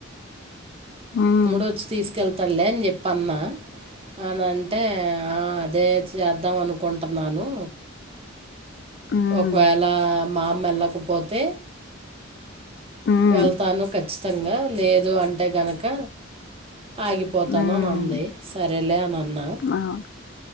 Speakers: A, on the left; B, on the right.
A: ఉమ్
B: మూడు వచ్చి తీసుకెళ్తాడు లే అని చెప్పి అన్నా అ అంటే ఆ అదే చేద్దాం అనుకుంటున్నాను
A: ఉమ్
B: ఒకవేళ మామ వెళ్ళకపోతే
A: ఉమ్
B: వెళ్తాను ఖచ్చితంగా లేదు అంటే గనుక ఆగిపోతానుని
A: ఉమ్
B: అంది సరేలే అని అన్నా
A: అవును